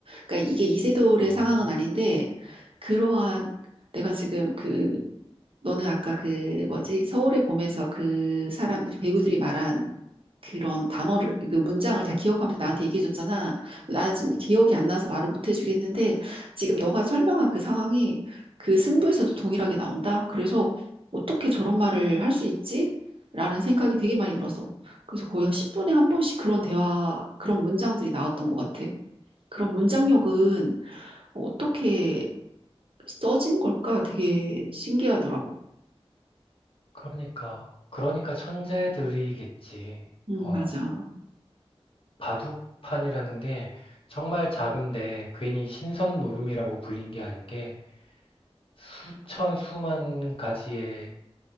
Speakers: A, on the right; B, on the left.
A: 그러니까 이게 이세돌의
B: 아,
A: 상황은 아닌데, 그러한, 내가 지금 그, 너는 아까 그 뭐지, 서울의 봄에서 그 사람들이, 배우들이 말한 그런 단어를, 그 문장을 다 기억하면서 나한테 얘기해줬잖아. 나는 지금 기억이 안 나서 말을 못 해주겠는데, 지금 너가 설명한 그 상황이 그 승부에서도 동일하게 나온다? 그래서 어떻게 저런 말을 할 수 있지? 라는 생각이 되게 많이 들었어. 그래서 거의 한 10분에 한 번씩 그런 대화, 그런 문장들이 나왔던 것 같아. 그런 문장력은
B: 음,
A: 어떻게 써진 걸까? 되게 신기하더라고.
B: 그러니까 그러니까 천재들이겠지.
A: 음,
B: 어,
A: 맞아.
B: 바둑판이라는 게 정말 작은데 괜히 신선 노름이라고 불린 게 아닌 게 수천 수만 가지의